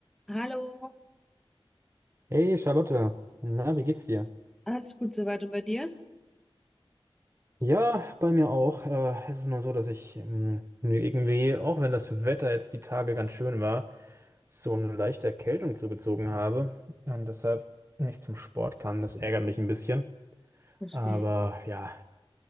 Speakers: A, in the centre; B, on the right.
A: Hallo,
B: Hey Charlotte, na, wie geht's dir?
A: alles gut soweit und bei dir?
B: Ja, bei mir auch. Äh, es ist nur so, dass ich ähm, mir irgendwie, auch wenn das Wetter jetzt die Tage ganz schön war, so eine leichte Erkältung zugezogen habe und deshalb nicht zum Sport kam. Das ärgert mich ein bisschen.
A: Verstehe.
B: Aber ja,